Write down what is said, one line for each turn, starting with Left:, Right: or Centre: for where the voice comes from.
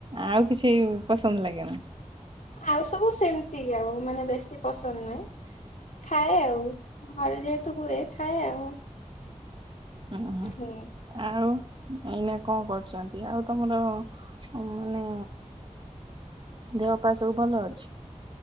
Right: ଆଉ କିଛି ପସନ୍ଦ ଲାଗେ ନା।
Left: ଆଉ ସବୁ ସେମିତି ଆଉ। ମୁଁ ମାନେ ବେଶୀ ପସନ୍ଦ ନୁହେଁ। ଖାଏ ଆଉ ଘର ଯେତ ହୁଏ। ଖାଏ ଆଉ।
Right: ଓ ହୋ
Left: ହୁଁ।
Right: ଆଉ। ଏଇନା କଣ କରୁଛନ୍ତି ଆଉ ତମର ମାନେ ଦେହ ପାାୟ ସବୁ ଭଲ ଅଛି।